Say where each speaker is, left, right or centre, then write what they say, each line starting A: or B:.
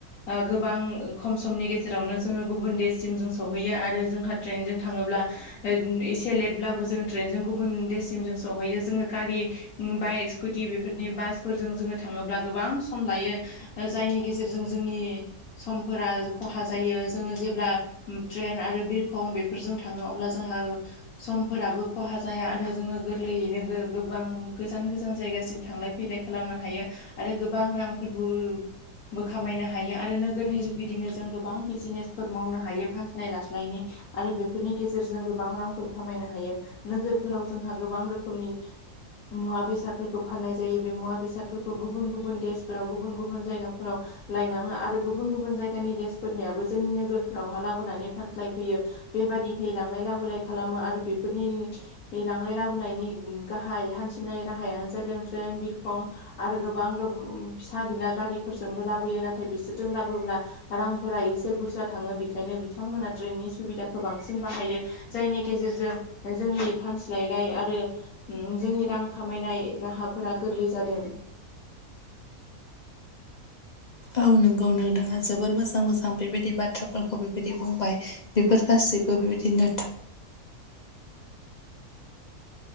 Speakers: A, on the left; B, on the left.
A: ओ गोबां खम समनि गेजेरावनो जोङो गुबुन देशसिम जों सहैयो आरो जोंहा ट्रेनजों थाङोब्ला <unintelligible> एसे लेटब्लाबो जों ट्रेनजों गुबुन देशसिम जों सौहैयो जोङो गारि उम बाइक स्कुटि बेफोरनि बासफोरजों जोङो थाङोब्ला गोबां सम लायो। ओ जायनि गेजेरजों जोंनि समफोरा खहा जायो जोङो जेब्ला ट्रेन आरो बिरखं बेफोरजों थाङो अब्ला जोंहा समफोराबो खहा जाया आरो जोङो गोरलैयैनो गो - गोबां गोजान गोजान जायगासिम थांलाय फैलाय खालामनो हायो आरो गोबां रांफोरबो बो खामायनो हायो आरो नोगोरनि जुगेदिनो जों गोबां बिजिनेसफोर मावनो हायो फानस्लाय लास्लायनि आरो बेफोरनि गेजेरजों गोबां रांफोर खामायनो हायो नोगोरफोराव जोंहा गोबां रोखोमनि मुवा बेसादफोरखौ फाननाय जायो बे मुवा बेसादफोरखौ गुबुन गुबुन देशफोराव गुबुन गुबुन जायगाफोराव लायनाङा आरो गुबुन गुबुन जायगानि देशफोरनियाबो जोंनि नोगोरफोरावहा लाबोनानै फानस्लायफैयो। बेबायदिहै लांलाय लाबोलाय खालामो आरो बेफोरनि बे लांलाय लाबोनायनि गाहाय हान्थिनाय राहायानो जादों ट्रेन, बिरखं आरो गोबां गो फिसा बिला गारिफोरजोंबो लाबोयो नाथाय बिसोरजों लाबोब्ला रांफोरा एसे बुरजा थाङो बेखायनो बिथांमोना ट्रेननि सुबिदाखौ बां सिन बाहायो जायनि गेजेरजों जोंनि फानस्लायलाय आरो उम जोंनि रां खामायनाय राहाफोरा गोरलै जादों।
B: औ नंगौ नोंथाङा जोबोर मोजां मोजां बेबायदि बाथ्राफोरखौ बेबायदि बुंबाय बेफोर गासै बो बेबायदिनो था